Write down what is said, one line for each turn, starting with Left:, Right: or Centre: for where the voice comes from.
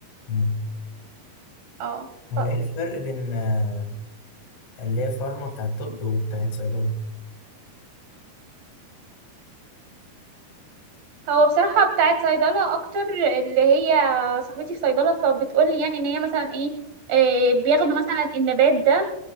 Left: مم.
Right: اه
Left: هو
Right: ف-
Left: ايه الفرق بين آه، اللي هي فارما بتاعت طب وبتاعت صيدلة
Right: هو بصراحة بتاعت صيدلة أكتر اللي هي صاحبتي في صيدلة فبتقولي يعني إن هي مثلا إيه, إيه بياخدوا مثلا النبات ده